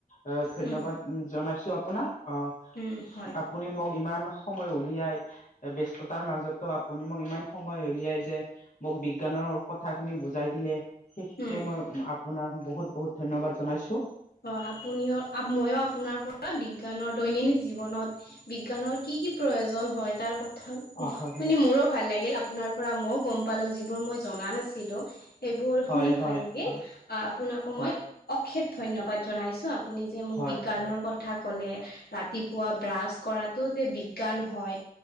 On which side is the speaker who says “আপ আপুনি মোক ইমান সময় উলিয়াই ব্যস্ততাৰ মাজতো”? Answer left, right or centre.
Left